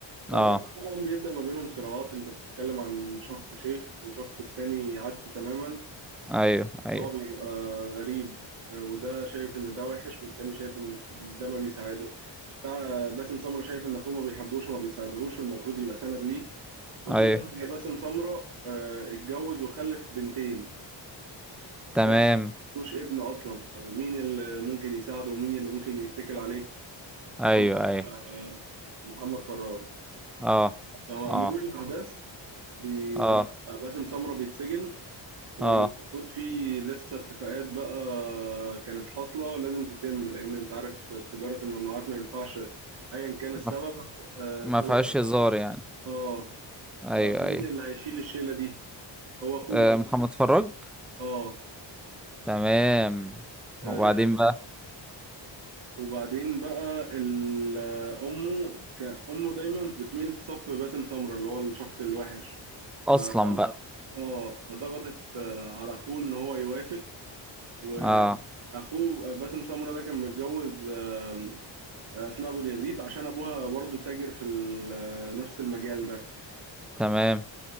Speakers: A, on the right; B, in the centre.
A: فبرق
B: اه
A: طبعا بيبدأ ما بينهم صراعات انت بتتكلم عن شخص شيخ وشخص التاني عكسه تماما
B: ايوه ايوه
A: هو بيبقى غريب آه، وده شايف ان ده وحش والتاني شايف ان ده ما بيساعده بتاع باسم سمرة شايف ان اخوه ما بيحبوش وما بيساعدهوش والمفروض يبقى سند ليه خصوصا
B: ايوه
A: ان باسم سمرة آه، اتجوز وخلف بنتين
B: تمام
A: فاهم ملوش ابن اصلا فمين اللي ممكن يساعده ومين اللي ممكن يتكل عليه
B: ايوه
A: هو
B: ايوه
A: آه، محمد فراج
B: اه
A: لو على
B: اه
A: مرور الأحداث بي...
B: اه
A: باسم سمرة بيتسجن والمفروض
B: اه
A: في لسه اتفاقات بقى كانت حاصلة لازم تتم لأن أنت عارف تجارة الممنوعات ما ينفعش أيا كان السبب
B: ما ف-
A: آه
B: ما
A: تو-
B: فيهاش هزار يعني
A: آه
B: ايوه
A: فمين
B: ايوه
A: اللي هيشيل الشيلة دي؟ هو أخوه
B: آه، محمد فراج
A: آه
B: تمام
A: آه،
B: وبعدين بقى
A: وبعدين بقى ال- امه ك- امه دايما بتميل في صف باسم سمرة اللي هو الشخص الوحش ف
B: اصلا بقى
A: اه فضغطت آه، على اخوه ان هو يوافق واخوه
B: اه
A: باسم سمرة ده كان متجوز آم، اسماء ابو اليزيد عشان ابوها برضو تاجر في ال- نفس المجال ده
B: تمام